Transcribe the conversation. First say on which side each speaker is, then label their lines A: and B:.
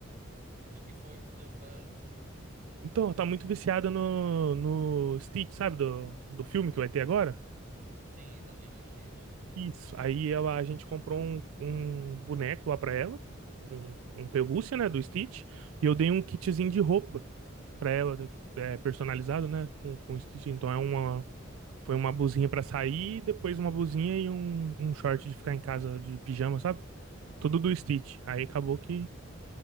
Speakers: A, on the right (about 40°); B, on the right (about 80°).
A: O que foi que tu deu pra ela?
B: Então, tá muito viciada no, no Stitch, sabe? Do, do filme que vai ter agora.
A: Sim, dali do Stitch.
B: Isso. Aí ela, a gente comprou um, um boneco lá pra ela, um, um pelúcia, né, do Stitch, e eu dei um kitzinho de roupa pra ela, é, personalizado, né, com, com o Stitch. Então é uma, foi uma blusinha pra sair, depois uma blusinha e um, um short de ficar em casa de pijama, sabe? Tudo do Stitch. Aí acabou que,